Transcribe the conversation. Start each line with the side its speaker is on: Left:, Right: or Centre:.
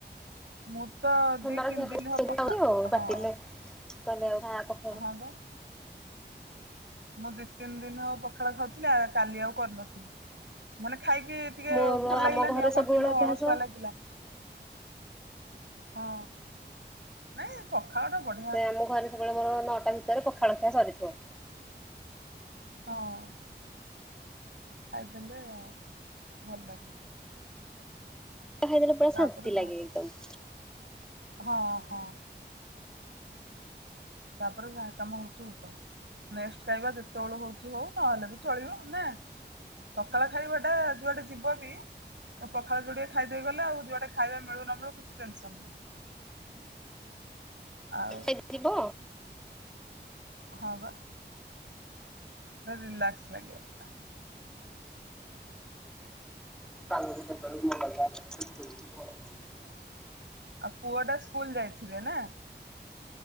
Right: ମୁଁ ତ
Centre: ଥଣ୍ଡାରେ
Right: ଦି ତିନି ଦିନ
Centre: ପଖାଳ
Right: ହବ ଖା
Centre: <unintelligible>
Right: ହଁ
Centre: କହିଲେ <unintelligible>
Right: ହଁ ବା। ମୁଁ ଦି ତିନି ଦିନ ହଉ ପଖାଳ ଖାଉଥିଲି। କାଲି ଆଉ କରିନଥିଲି ମାନେ ଖାଇକି ଟିକେ
Centre: ମୋର
Right: ଭଲ ଲାଗିଲାନି
Centre: ଆମ ଘରେ
Right: ଆଉ କଣ୍ଟିନ୍ୟୁ
Centre: ସବୁବେଳେ ଅଭ୍ୟାସ
Right: ଅଳସୁଆ ଲାଗିଲା। ହଁ ନାଇଁ ପଖାଳ ତ ବ
Centre: ସେ ଆମ ଘରେ ସବୁବେଳେ ମୋର ନଅଟା ଭିତରେ ପଖାଳଖିଆ ସରିଥିବ।
Right: ହଁ। ଖାଇଦେଲେ ଭଲ ଲାଗିବ।
Centre: ପଖାଳ ଖାଇଦେଲେ ପୁରା
Right: ତାପରେ
Centre: ଶାନ୍ତି
Right: ଯାହା
Centre: ଲାଗେ
Right: କରୁଛ
Centre: ଏକଦମ୍।
Right: କର ହଁ ହଁ। ତା ପରେ ଯାହି କାମ ହଉଛି ହଉଥାଉ। ନେକ୍ସଟ ଖାଇବା ଯେତେବେଳ ହଉଛି ହଉ, ନ ହେଲେ ବି ଚଳିବ ନା। ସକାଳ ଖାଇବାଟା ଯୁଆଟେ ଯିବ ବି ପଖାଳ ଯୋଡିଏ ଖାଇଦେଇ ଗଲେ ଆଉ ଯୁଆଡେ ଖାଇବା ମିଳୁ ନ ମିଳୁ କିଛି ଟେନସନ୍ ନାହିଁ। ଆଉ।
Centre: ଏବେ ଯିବ।
Right: ହଁ ବା। ପୁରା ରିଲାକ୍ସ ଲାଗିବ। ପୁରା
Centre: <inaudible>
Right: ଆଉ ପୁଅଟା ସ୍କୁଲ ଯାଇଥିବେ ନା।